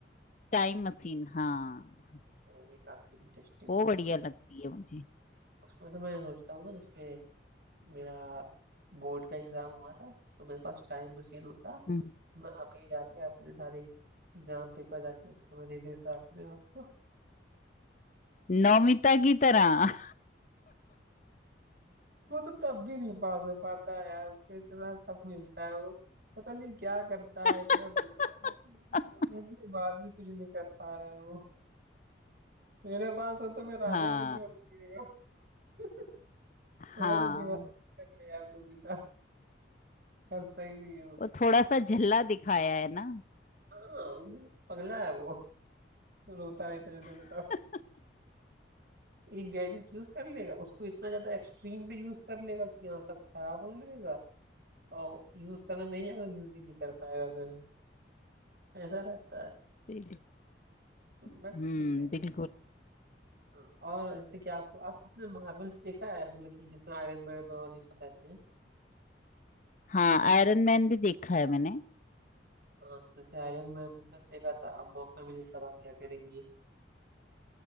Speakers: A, on the left; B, on the right.
A: टाइम मशीन हाँ
B: वो भी काफी इंटरेस्टिंग
A: वो
B: चीज
A: बढ़िया
B: है
A: लगती है मुझे
B: उसमें तो मैं सोचता हूँ ना जैसे मेरा बोर्ड का एग्जाम हुआ था तो मेरे पास टाइम मशीन होता
A: हम्म,
B: मैं अभी जाके अपने सारे एग्जाम पेपर जाके उस समय दे देता अपने आप को
A: नौमिता की तरह
B: <laughs> वो तो तब भी नहीं पास हो पाता है यार उसको इतना सब मिलता है वो पता नहीं क्या करता
A: <laughs>
B: है इतना बे- बस इतना सब होने के बाद भी कुछ नहीं कर पा रहा है वो मेरे पास हो तो मैं राजा
A: हाँ
B: बन जाऊंगा <laughs> थोड़ा
A: हाँ
B: तो दिमाग कर ले यार नमिता करता ही नहीं है वो
A: वो थोड़ा सा झल्ला दिखाया है ना
B: हाँ पगला है वो रोता रहता है जब देखो
A: <laughs>
B: तब एक गैजेट यूज कर लेगा उसको इतना ज्यादा एक्सट्रीम पे यूज कर लेगा कि हाँ सब खराब होने लगेगा और यूज करना नहीं आएगा यूज ही नहीं कर पाएगा फिर ऐसा रहता है
A: बिल्कुल हम्म
B: बट ठीक है क्या
A: बिल्कुल
B: हम्म, और इससे क्या आपको आप आपने मार्वल्स देखा है मतलब कि जिसमें आयरन मैन और ये सब रहते हैं
A: हाँ आयरन मैन भी देखा है मैंने
B: हाँ तो जैसे आयरन मैन में देखा था अब मौका मिले तब आप क्या करेंगी